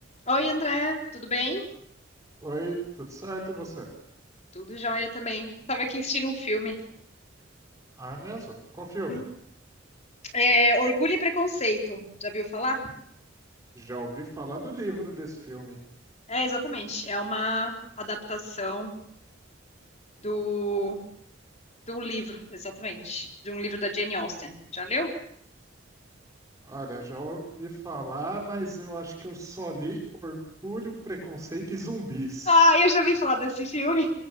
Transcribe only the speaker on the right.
Oi, tudo certo e você?
Ah, é mesmo? Qual filme?
Já ouvi falar do livro desse filme.
Olha, já ouvi falar, mas eu acho que eu só li Orgulho, Preconceito e Zumbis.